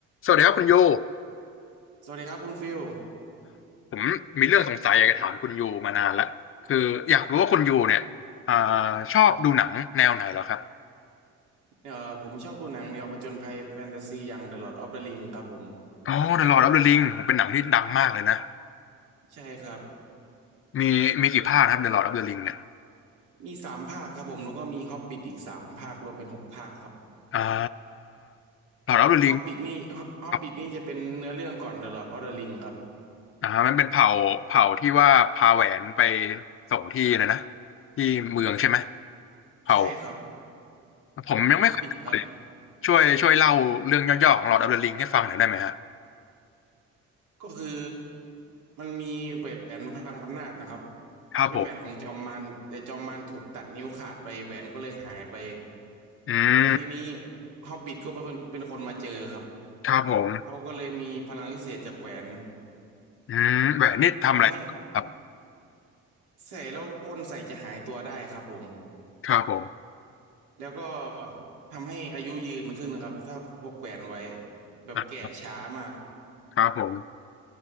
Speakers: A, on the left; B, on the right.
A: สวัสดีครับคุณยู
B: สวัสดีครับคุณฟิล
A: ผมมีเรื่องสงสัยอยากจะถามคุณยูมานานละคืออยากรู้ว่าคุณยูเนี่ยอ่าชอบดูหนังแนวไหนเหรอครับ
B: เอ่อผมชอบดูหนังแนวผจญภัยแฟนตาซีอย่าง The Lord of the Ring ครับผม
A: อ๋อ The Lord of the Ring ผมเป็นหนังที่ดังมากเลยนะ
B: ใช่ครับ
A: มีมีกี่ภาคครับ The Lord of the Ring เนี่ย
B: มีสามภาคครับผมแล้วก็มี Hobbit อีกสามภาครวมเป็นหกภาคครับ
A: อ่า Lord of the Ring
B: Hobbit นี่ Hobbit
A: ครับ
B: นี่จะเป็นเนื้อเรื่องก่อน The Lord of the Ring ครับ
A: อ่ามันเป็นเผ่าเผ่าที่ว่าพาแหวนไปส่งที่นะนะที่เมืองใช่ไหมเผ่า
B: ใช่ครับ
A: ผมยังไม่เคยดูเลย
B: Hobbit ครับ
A: ช่วยช่วยเล่าเรื่องย่อๆของ Lord of the Ring ให้ฟังหน่อยได้ไหมฮะ
B: ก็คือมันมีแหวนพลังอำนาจนะครับ
A: ครับผม
B: เป็นแหวนของจอมมารแต่จอมมารถูกตัดนิ้วขาดไปแหวนก็เลยหายไป
A: อืม
B: แล้วทีนี้ฮอบบิ t ก็เป็นคนเป็นคนมาเจอครับ
A: ครับผม
B: เขาก็เลยมีพลังพิเศษจากแหวน
A: อืมแหวนนี่ทำอะไรครับ
B: ทำให้ใส่แล้วคนใส่จะหายตัวได้ครับผม
A: ครับผม
B: แล้วก็ทำให้อายุยืนขึ้นครับถ้าพกแหวนไว้แบบแก่ช้ามาก
A: อ่ะครับผม